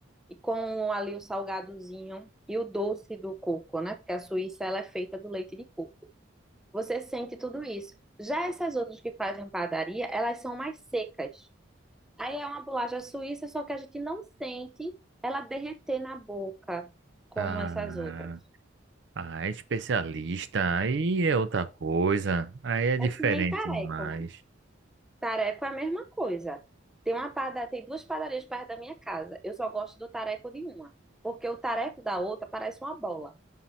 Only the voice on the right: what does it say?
Ah,
ah, é especialista. Aí é outra coisa. Aí é diferente
demais.